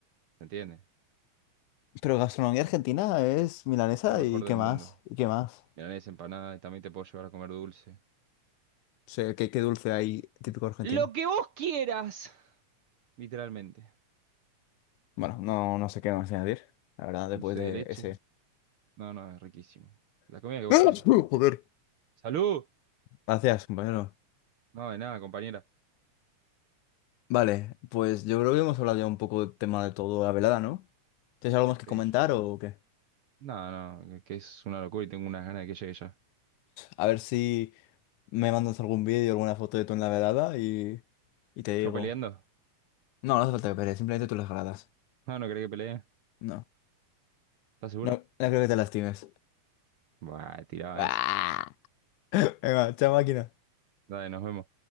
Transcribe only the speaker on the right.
¿te entiendes?
La mejor
del
mundo.
Milanesa empanada y también te puedo llevar a comer dulce.
Lo que vos quieras. Literalmente.
Dulce
de leche.
No, no, es riquísimo. La
comida que vos
quieras.
¡Salud!
No, de nada, compañera.
Sí, yo-
No, no, que es una locura y tengo unas ganas de que llegue ya.
¿Yo
peleando?
No, no querés que pelee.
¿Estás seguro?
Buah,
tiraba
esa.
Dale, nos vemos.